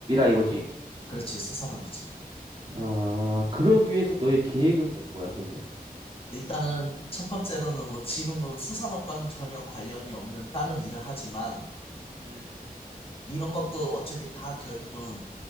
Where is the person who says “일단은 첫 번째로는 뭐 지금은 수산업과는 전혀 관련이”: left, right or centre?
Left